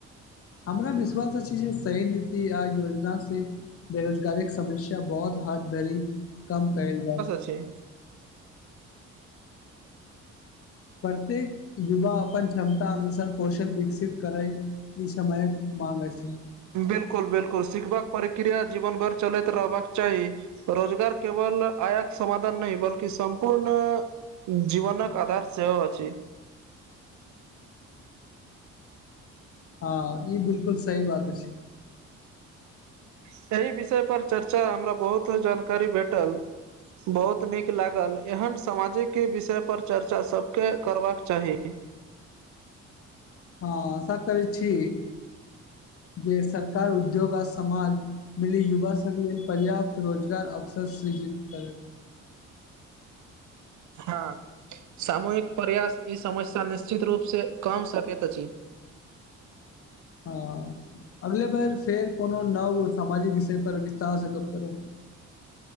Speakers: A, on the left; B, on the right.
A: हमरा विश्वास अछि जे सही नीति आ योजना से बेरोजगारीक समस्या बहुत हाथ धरि कम कयल जेत
B: छै
A: प्रत्येक युवा अपन क्षमता अनुसार कौशल विकसित करै ई समयक माँग अछि
B: बिलकुल बिलकुल सिखबक प्रक्रिया जीवन भरि चलैत रहबाक चाही रोजगार केवल आयाक समाधान नहि बल्कि सम्पूर्ण जीवनक आधार सेहो अछि
A: हँ ई बिलकुल सही बात अछि
B: सहि विषय पर चर्चा हमरा बहुत जानकारी भेटल बहुत नीक लागल एहन सामाजिक विषय पर चर्चा सबके करबाक चाही
A: हँ आशा करै छी जे सरकार उद्योग आ समाज मिली युवा सब लेल पर्याप्त रोजगार अवसर सृजित करे
B: हँ सामूहिक प्रयास ई समस्या निश्चित रूप से कम सकैत अछि
A: हँ अगले बेर फेर कोनो नव सामाजिक विषय पर विस्तार से गप करब